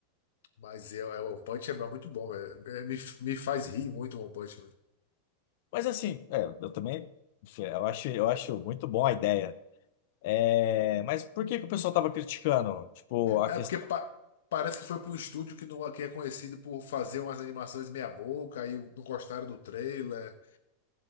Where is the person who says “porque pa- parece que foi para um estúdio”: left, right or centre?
Left